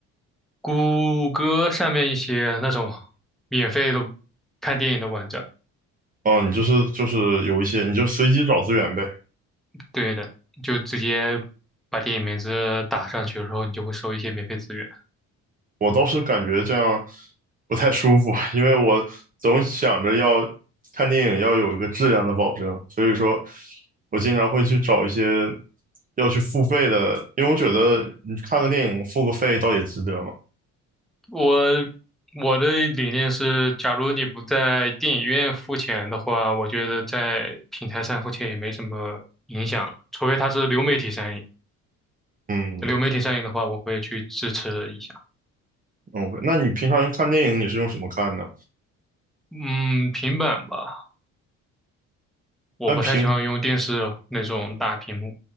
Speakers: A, in the centre; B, on the right.
A: 谷歌上面一些那种免费的看电影的网站，
B: 哦，你就是就是有一些，你就随机找资源呗。
A: 对的，就直接把电影名字打上去，然后你就会收一些免费资源。
B: 我倒是感觉这样不太舒服，<laughs> 因为我总想着要看电影要有一个质量的保证，所以说我经常会去找一些要去付费的，因为我觉得你看个电影付个费倒也值得嘛。
A: 我我的理念是，假如你不在电影院付钱的话，我觉得在平台上付钱也没什么影响，除非它是流媒体上映。
B: 嗯
A: 流媒体上映的话，我会去支持一下。
B: ，OK，那你平常用看电影你是用什么看呢？
A: 嗯，平板吧，我不太喜欢用电视那种大屏幕，
B: 但平